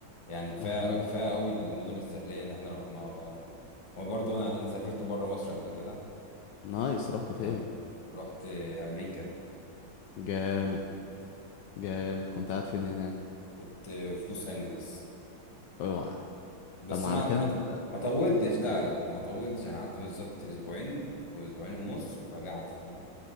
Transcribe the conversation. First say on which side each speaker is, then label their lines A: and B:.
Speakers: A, on the left; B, on the left.
A: يعني كفايه
B: إحنا مم-
A: كفايه قوي المدن الساحليه اللي احنا رحناها فاهم وبرضه انا انا سافرت بره مصر قبل كده
B: نايس رحت
A: فاهم
B: فين؟
A: رحت امريكا
B: جامد جامد كنت قاعد فين هنا؟
A: كنت في لوس انجلس
B: أوعى
A: بس
B: طب ما
A: ما
B: على كده
A: ما
B: أنت
A: ما طولتش لا لا لا ما طولتش انا قعدت بالظبط اسبوعين واسبوعين ونص ورجعت فاهم